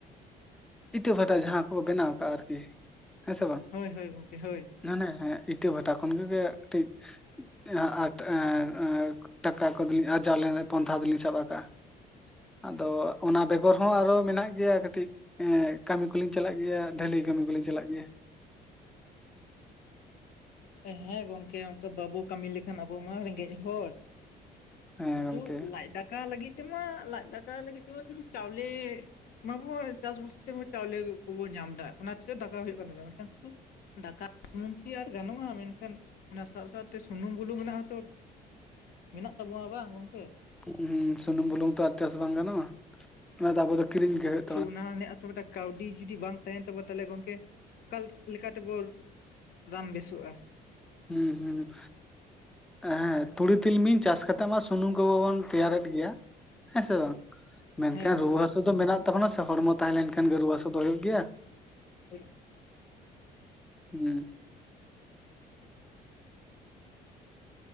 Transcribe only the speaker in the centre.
ᱤᱴᱟᱹ ᱵᱷᱟᱴᱟ ᱡᱟᱦᱟᱸ ᱠᱚ ᱵᱮᱱᱟᱣ ᱠᱟᱜᱼᱟ ᱟᱨᱠᱤ, ᱦᱮᱸ ᱥᱮ ᱵᱟᱝᱼᱼ
ᱢᱟᱱᱮᱸ ᱤᱴᱟᱹ ᱵᱷᱟᱴᱟ ᱠᱷᱚᱱ ᱜᱮ ᱜᱮ ᱠᱟᱹᱴᱤᱡᱼᱼ <unintelligible> ᱴᱟᱠᱟ ᱠᱚᱫᱚ ᱞᱤᱧ ᱟᱨᱡᱟᱣ ᱞᱮᱱᱟ ᱯᱚᱱᱫᱷᱟ ᱫᱚᱞᱤᱧ ᱥᱟᱵ ᱟᱠᱟᱜᱼᱟ᱾ ᱟᱫᱚ ᱚᱱᱟ ᱵᱮᱜᱚᱨ ᱦᱚᱸ ᱟᱨᱚ ᱢᱮᱱᱟᱜ ᱜᱮᱭᱟ ᱠᱟᱹᱴᱤᱡᱼᱼ ᱮᱦ ᱠᱟᱹᱢᱤ ᱠᱚᱞᱤᱧ ᱪᱟᱞᱟᱜ ᱜᱮᱭᱟ, ᱰᱷᱟᱹᱞᱟᱹᱭ ᱠᱟᱹᱢᱤ ᱠᱚ ᱞᱤᱧ ᱪᱟᱞᱟᱜ ᱜᱮᱭᱟ᱾
ᱦᱮᱸ
ᱜᱚᱝᱠᱮ
<unintelligible> ᱥᱩᱱᱩᱢ ᱵᱩᱞᱩᱝ ᱛᱚ ᱟᱨ ᱪᱟᱥ ᱵᱟᱝ ᱜᱟᱱᱚᱜᱼᱟ, ᱚᱱᱟ ᱫᱚ ᱟᱵᱚ ᱫᱚ ᱠᱤᱨᱤᱧ ᱜᱮ ᱼᱼ
ᱦᱩᱸ ᱦᱩᱸ᱾ ᱦᱮᱸ ᱛᱩᱲᱤ ᱛᱤᱞᱢᱤᱧ ᱪᱟᱥ ᱠᱟᱛᱮᱜ ᱢᱟ ᱥᱩᱱᱩᱢ ᱠᱚ ᱵᱚᱱ ᱛᱮᱭᱟᱨᱮᱫ ᱜᱮᱭᱟ᱾ ᱦᱮᱸ ᱥᱮ ᱵᱟᱝ ᱢᱮᱱᱠᱷᱟᱱ
ᱨᱩᱣᱟᱹ ᱦᱟᱹᱥᱩ ᱫᱚ ᱢᱮᱱᱟᱜ ᱛᱟᱵᱚᱱᱟ ᱥᱮ ᱦᱚᱲᱢᱚ ᱛᱟᱦᱮᱸ ᱞᱮᱱᱠᱷᱟᱱ
ᱜᱮ ᱨᱩᱣᱟᱹ ᱦᱟᱹᱥᱩ ᱫᱚ ᱦᱩᱭᱩᱜ ᱜᱮᱭᱟ᱾
ᱦᱩᱸ᱾